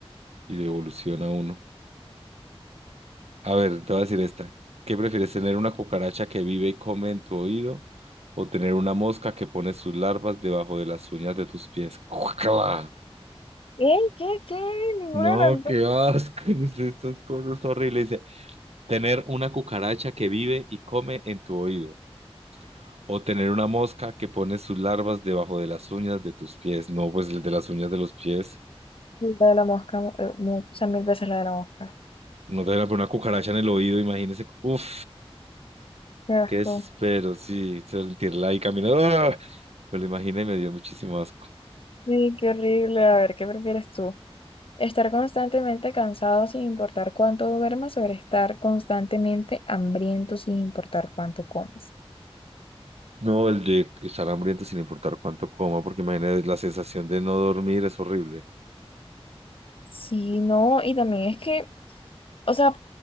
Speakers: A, on the right (about 80°); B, on the left (about 60°).
A: y lo evoluciona a uno. A ver, te voy a decir esta. ¿Qué prefieres tener una cucaracha que vive y come en tu oído o tener una mosca que pone sus larvas debajo de las uñas de tus pies? ¡Guácala!
B: ¿Qué? ¿Qué? ¿Qué? Ninguna
A: No,
B: de las
A: qué
B: dos.
A: asco, <laughs> estas cosas horribles. Dice, tener una cucaracha que vive y come en tu oído o tener una mosca que pone sus larvas debajo de las uñas de tus pies. No, pues el de las uñas de los pies.
B: Sí, La de la mosca, eh, mu- o sea, mil veces la de la mosca.
A: No te van a poner una cucaracha en el oído, imagínese. Uf,
B: Qué asco.
A: qué desespero, sí, sentirla ahí caminando. ¡Ah! Me lo imaginé y me dio muchísimo asco.
B: Sí, qué horrible. A ver, ¿qué prefieres tú? Estar constantemente cansado sin importar cuánto duermas o estar constantemente hambriento sin importar cuánto comas.
A: No, el de estar hambriento sin importar cuánto coma, porque imagínate la sensación de no dormir es horrible.
B: Sí, no, y también es que, o sea,